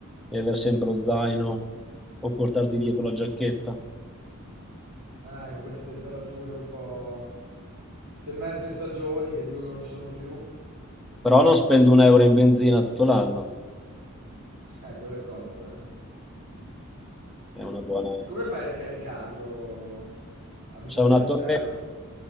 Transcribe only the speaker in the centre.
di aver sempre lo zaino o portarti dietro la giacchetta.
Però non spendo un euro in benzina tutto l'anno,
è una buona...
C'è
una
torre-